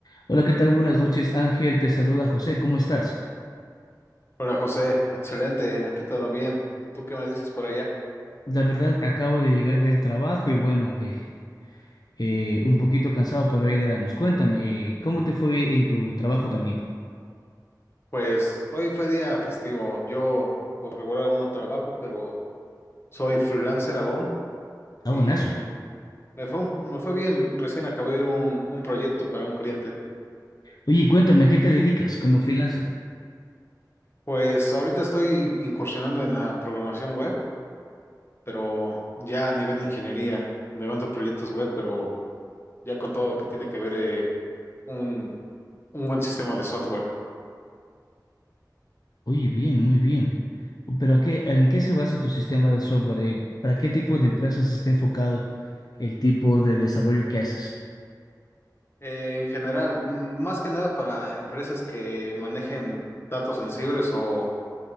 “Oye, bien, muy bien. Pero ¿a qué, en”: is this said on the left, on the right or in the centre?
Left